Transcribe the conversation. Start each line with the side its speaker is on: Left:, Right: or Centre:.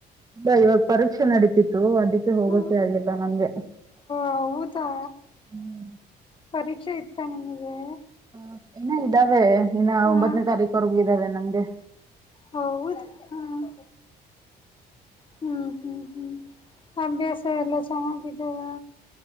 Right: ಇಲ್ಲ ಇವಾಗ ಪರೀಕ್ಷೆ ನಡೀತಿತ್ತು ಅನ್ ಅದಕ್ಕೆ ಹೋಗಕ್ಕೆ
Left: ಓ
Right: ಆಗಿಲ್ಲ ನಮ್ಗೆ
Left: ಹೌದಾ
Right: ಹ್ಮ್
Left: ಪರೀಕ್ಷೆ ಇತ್ತ ನಿಮಗೆ
Right: ಹ ಇನ್ನ ಇದ್ದಾವೆ ಇನ್ನ
Left: ಹಾ
Right: ಒಂಬತ್ತನೇ ತಾರೀಕ್ ವರ್ಗೂ ಇದ್ದಾವೆ ನಮ್ಗೆ
Left: ಹೌದ ಹ್ಮ್ ಹ್ಮ್ ಹ್ಮ್ ಅಭ್ಯಾಸ ಎಲ್ಲ ಚೆನ್ನಾಗಿದಾವ